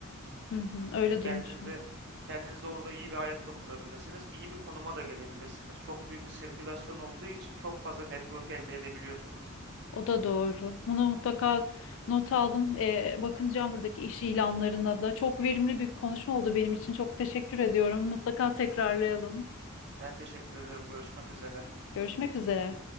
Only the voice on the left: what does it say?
Hı hı, öyle
duymuştum.
O da doğru. Bunu mutlaka not aldım. Ee, bakınacağım buradaki iş ilanlarına da. Çok verimli bir konuşma oldu benim için. Çok teşekkür ediyorum. Mutlaka tekrarlayalım.
Görüşmek üzere.